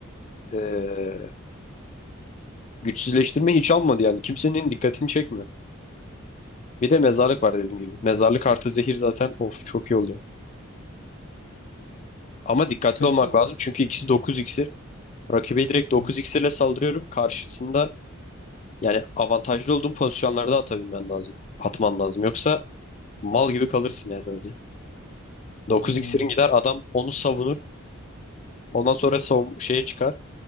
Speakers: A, on the left; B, on the left.
A: e, güçsüzleştirme hiç almadı yani. Kimsenin dikkatini çekmiyor. Bir de mezarlık var dediğim gibi. Mezarlık artı zehir zaten of çok iyi oluyor. Ama dikkatli
B: Peki.
A: olmak lazım çünkü ikisi 9 iksir. Rakibe direkt
B: Hı
A: 9
B: hı.
A: iksirle saldırıyorum. Karşısında yani avantajlı olduğum pozisyonlarda atabilmen lazım. Atman lazım. Yoksa mal gibi kalırsın yani öyle. dokuz
B: Hmm,
A: iksirin gider adam onu savunur. Ondan sonra savun şeye çıkar.